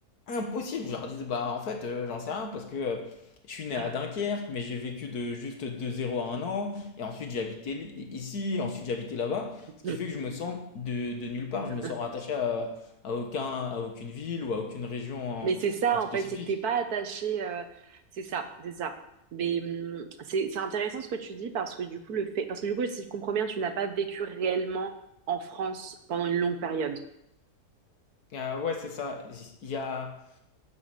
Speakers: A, on the left; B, on the right.
A: impossible. Je leur disais, bah, en fait, euh, j'en sais rien parce que euh, je suis né
B: Ah
A: à Dunkerque, mais j'ai vécu de juste de zéro à un an. Et ensuite, j'ai habité li- ici, et ensuite, j'ai habité là-bas. Ce qui
B: ouais.
A: fait que je me sens de, de nulle part.
B: <laughs>
A: Je me sens rattaché à, à aucun, à aucune ville ou à aucune région
B: Mais
A: en,
B: c'est ça,
A: en spécifique.
B: en fait, c'est que t'es pas attaché. euh, c'est ça, c'est ça. Mais hum, c'est c'est intéressant ce que tu dis parce que du coup le fait, parce que du coup si je comprends bien, tu n'as pas vécu réellement en France pendant une longue période.
A: Euh, ouais, c'est ça. Il y a,